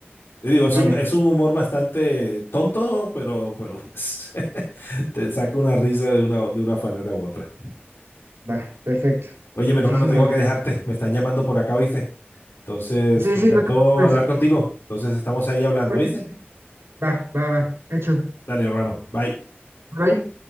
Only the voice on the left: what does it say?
Y digo, es
un, es un humor bastante tonto, pero, pero <laughs> te saca una risa de una, de una manera u otra.
Oye,
mi hermano, tengo
que dejarte. Me están llamando por acá, ¿viste? Entonces,
me
encantó
hablar contigo. Entonces, estamos ahí hablando,
¿viste?
Dale, hermano. Bye.